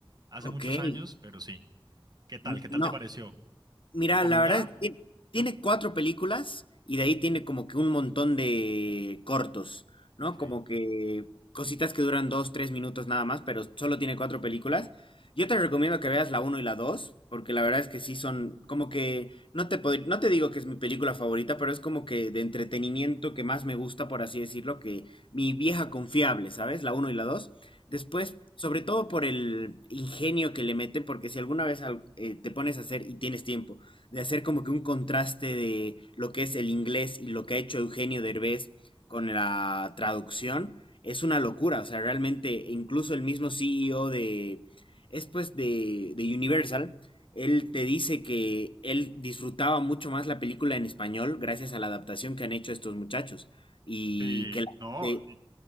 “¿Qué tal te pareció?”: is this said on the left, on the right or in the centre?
Right